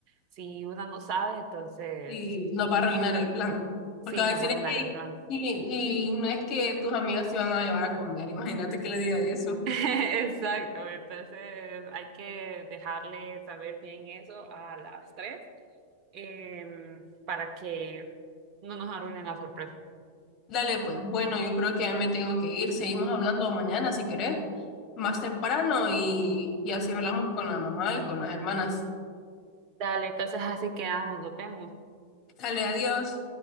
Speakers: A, on the right; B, on the left.
A: si una no sabe, entonces
B: y nos va a arruinar el plan.
A: sí,
B: Porque va
A: nos
B: a decir,
A: arruinaría
B: "Ey,
A: el plan.
B: y, y no es que tus amigas se van a llevar a comer, imagínate que le diga eso.
A: <laughs> Exacto, entonces hay que dejarle saber bien eso a las tres, em, para que no nos arruinen la sorpresa.
B: Dale, pues, bueno, yo creo que ya me tengo que ir. Seguimos hablando mañana, si querés, más temprano, y, y así hablamos con la mamá y con las hermanas.
A: Dale, entonces así quedamos, nos vemos.
B: Dale, adiós.